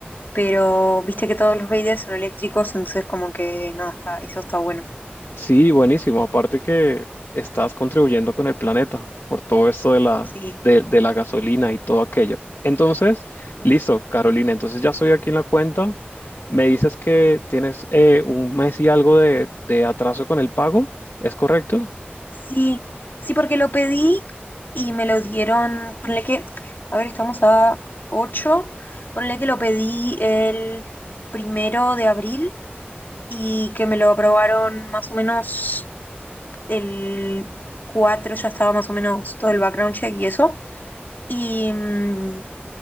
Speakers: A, on the left; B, on the left.
A: Pero viste que todos los Raiders son eléctricos, entonces como que nada, está, eso está bueno.
B: Sí, buenísimo. Aparte que estás contribuyendo con el planeta por todo esto de la,
A: Sí,
B: de, de la gasolina y todo aquello. Entonces,
A: uf,
B: listo,
A: sí.
B: Carolina. Entonces ya soy aquí en la cuenta. Me dices que tienes eh, un mes y algo de, de atraso con el pago. ¿Es correcto?
A: Sí, sí, porque lo pedí y me lo dieron, ponle que, a ver, estamos a ocho ponle que lo pedí el primero de abril y que me lo aprobaron más o menos el cuatro ya estaba más o menos todo el background check y eso. Y, mm,